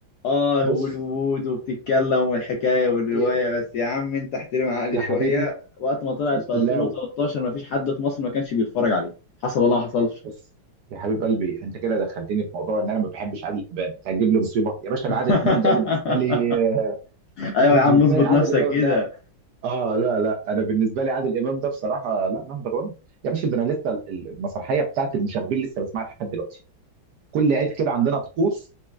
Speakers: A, on the left (about 75°); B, on the right (about 70°).
A: اه
B: بص
A: هوليوود وبتتكلم والحكايه والروايه
B: إيه،
A: بس يا عم انت احترم
B: بص
A: عقلي
B: يا
A: شويه
B: حبيبي
A: وقت ما طلعت في
B: لو
A: 2013 ما فيش حد في مصر ما كانش بيتفرج عليه حصل ولا ما حصلش
B: بص يا حبيب قلبي انت كده دخلتني في موضوع ان انا ما بحبش عادل امام انت هتجيب لي مصيبه يا باشا
A: <laughs>
B: ده عادل امام ده بالنسبه لي <laughs>
A: ايوه
B: بالنسبه
A: يا عم اظبط
B: لي عادل
A: نفسك
B: امام
A: كده
B: ده اه لا لا انا بالنسبه لي عادل امام ده بصراحه لا نمبر 1 يا باشا ده انا لسه ال- المسرحيه بتاعت المشاغبين لسه بسمعها لحد دلوقتي كل عيد كده عندنا طقوس